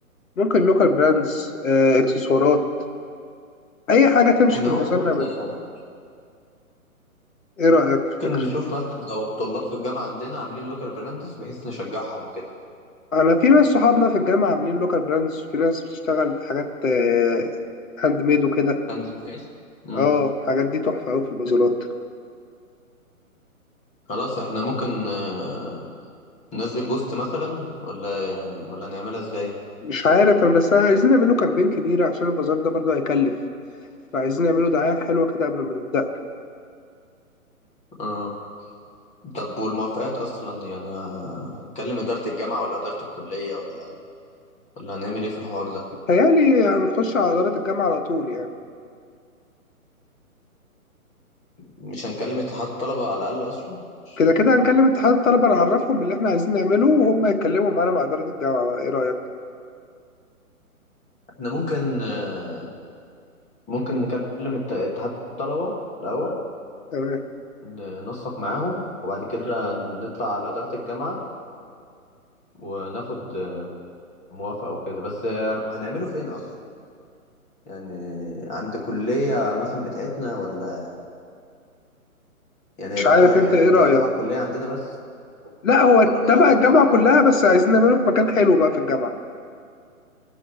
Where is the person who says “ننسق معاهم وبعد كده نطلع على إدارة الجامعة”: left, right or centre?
Left